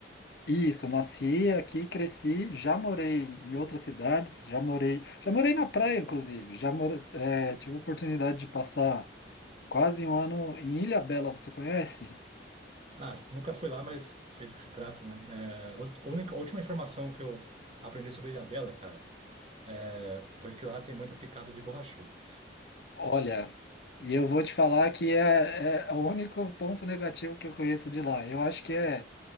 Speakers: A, on the left; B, on the right.
A: Isso, nasci aqui, cresci, já morei em outras cidades, já morei, já morei na praia, inclusive, já moro, é, tive a oportunidade de passar quase um ano em Ilha Bela você conhece?
B: Ah, nunca fui lá, mas sei do que se trata, né? É, a única, a última informação que eu aprendi sobre Ilhabela, cara, é, foi que lá tem muita picada de borrachudo.
A: Olha, e eu vou te falar que é, é o único ponto negativo que eu conheço de lá. Eu acho que é,